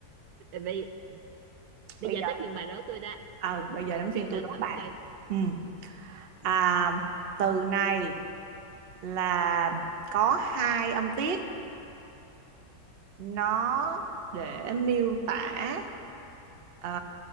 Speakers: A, on the right (about 75°); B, on the right (about 50°).
A: bây bây
B: bây
A: giờ
B: giờ
A: tới phiên bà đố tôi đó
B: ờ bây giờ đến phiên tôi
A: tôi
B: đố
A: thử
B: bà
A: coi
B: ừ. à từ này là có hai âm tiết nó để miêu tả à,